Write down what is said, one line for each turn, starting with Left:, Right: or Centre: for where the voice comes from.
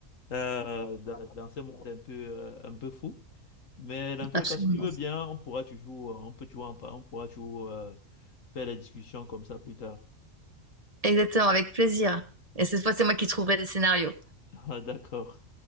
Left: euh, dans, dans ce monde un peu, euh, un peu fou. Mais dans
Right: <laughs>
Left: tous
Right: Absolument.
Left: les cas, si tu veux bien, on pourra toujours, on peut toujours, en par- on pourra toujours euh, faire la discussion comme ça plus tard.
Right: Exactement, avec plaisir. Et cette fois, c'est moi qui trouverai des scénarios.
Left: <laughs> Ah, d'accord.